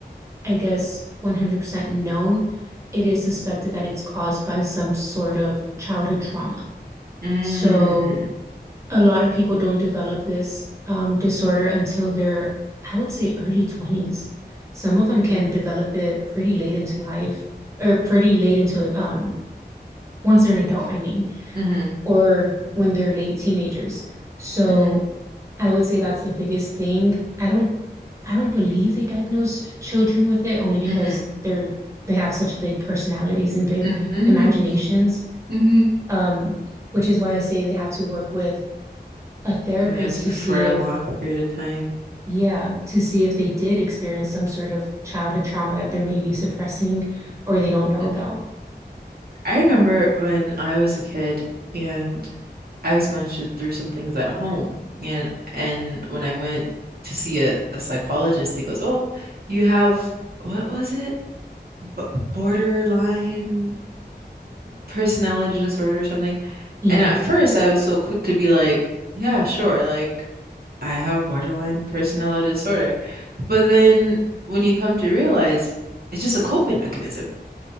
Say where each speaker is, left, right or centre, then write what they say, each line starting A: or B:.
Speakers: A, on the right (about 15°); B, on the right (about 60°).
A: I guess, 100% known, it is suspected that it's caused by some sort of childhood trauma.
B: mm,
A: So a lot of people don't develop this um, disorder until they're, I would say, early 20s. Some of them
B: mm,
A: can develop it pretty late into life, or pretty late into um, once they're an adult, I mean,
B: mm-hmm,
A: or when they're late teenagers. So
B: mm-hmm,
A: I would say that's the biggest thing. I don't, I don't believe they diagnose children with it only because
B: mm-hmm,
A: they're they have such big personalities and big
B: mm-hmm,
A: imaginations,
B: mm-hmm.
A: um, which is why I say they have to work with a therapist
B: After
A: to
B: for
A: see if
B: a long period of time.
A: Yeah, to see if they did experience some sort of childhood trauma that they're maybe suppressing or they don't know
B: hmm
A: about.
B: I remember when I was a kid and I was going through through some things at home, and and when I went to see a, a psychologist, he goes, "Oh, you have what was it? b borderline personality disorder or something.
A: Yeah,
B: And at first, I was so quick to be like, yeah, sure, like I have borderline personality disorder. But then when you come to realize it's just a coping mechanism,